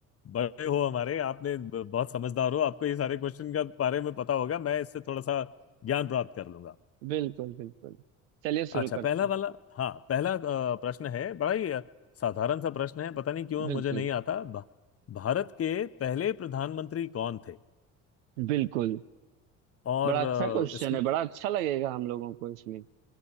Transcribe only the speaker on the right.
बिल्कुल बिल्कुल चलिए शुरू
करते
हैं
बिल्कुल
बिल्कुल
बड़ा अच्छा
क्वेश्चन
है बड़ा अच्छा लगेगा हम लोगों को इसमें